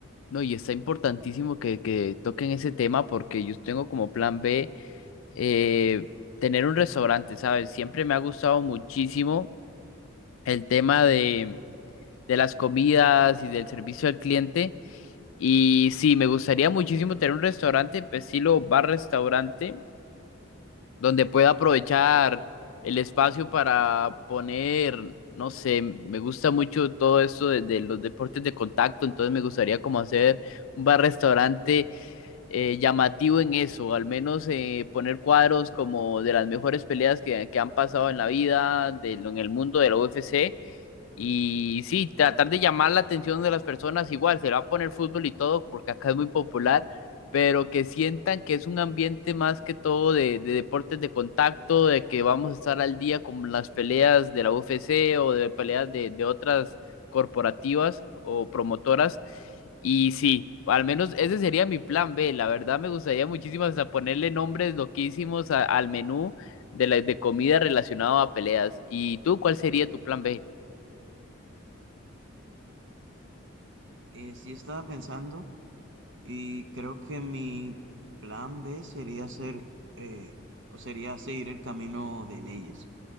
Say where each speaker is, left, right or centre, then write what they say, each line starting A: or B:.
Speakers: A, on the left (about 70°); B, on the right (about 60°).
A: no, y está importantísimo que, que toquen ese tema porque yo tengo como plan B eh, tener un restaurante, ¿sabes? Siempre me ha gustado muchísimo el tema de, de las comidas y del servicio al cliente. Y sí, me gustaría muchísimo tener un restaurante, estilo bar-restaurante. donde pueda aprovechar el espacio para poner, no sé, me gusta mucho todo esto de, de los deportes de contacto, entonces me gustaría como hacer un bar-restaurante eh, llamativo en eso, al menos eh, poner cuadros como de las mejores peleas que, que han pasado en la vida, de, lo- en el mundo de la UFC, y sí, tratar de llamar la atención de las personas, igual se va a poner fútbol y todo, porque acá es muy popular, pero que sientan que es un ambiente más que todo de, de deportes de contacto, de que vamos a estar al día con las peleas de la UFC o de peleas de, de otras corporativas o promotoras. Y sí, al menos ese sería mi plan B. La verdad me gustaría muchísimo hasta ponerle nombres loquísimos a- al menú de, la, de comida relacionado a peleas. ¿Y tú cuál sería tu plan B?
B: Eh, sí estaba pensando y creo que mi plan B sería hacer eh, o sería seguir el camino de leyes.